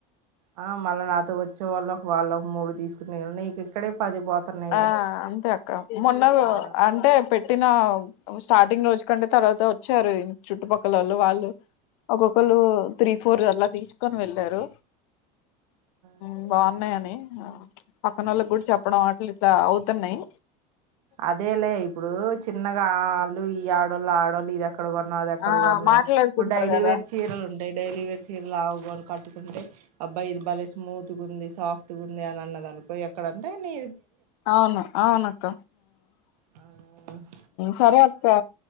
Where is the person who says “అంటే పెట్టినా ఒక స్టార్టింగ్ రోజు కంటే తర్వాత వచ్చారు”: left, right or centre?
Left